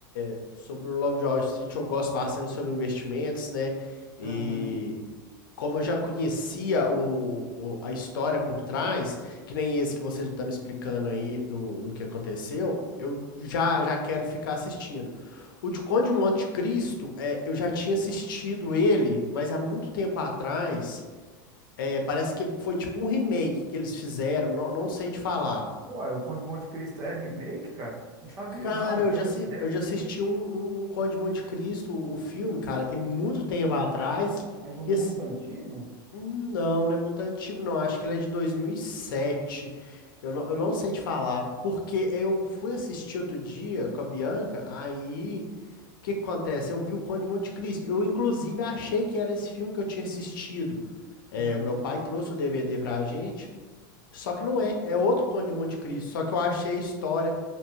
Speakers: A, on the left; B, on the right.
A: é, sobre o Lobo de Wall Street, eu gosto bastante sobre investimentos, né? E.
B: Aham.
A: como eu já conhecia o, o- a história por trás, que nem esse que você está me explicando aí do, do que aconteceu, eu já, já quero ficar assistindo. O de Conde de Monte Cristo, é, eu já tinha assistido ele, mas há muito tempo atrás. É, parece que foi tipo um remake que eles fizeram, não, não sei te falar.
B: Uai, o Conde de Monte Cristo é remake, cara? Não sabia,
A: Cara,
B: não. Então
A: eu já, assi-
B: deve
A: eu já
B: que.
A: assisti um, um, um Conde de Monte Cristo, o, o filme, cara, tem muito tempo atrás.
B: Mas um
A: E
B: muito antigo?
A: Hum, Não, não é muito antigo, não. Acho que ele é de 2007. Eu não, eu não sei te falar, porque eu fui assistir outro dia com a Bianca, aí o que que acontece? Eu vi o Conde de Monte Cristo. Eu, inclusive, achei que era esse filme que eu tinha assistido. É,
B: Hum.
A: o meu pai trouxe o DVD pra gente, só que não é, é outro Conde de Monte Cristo. Só que eu achei a história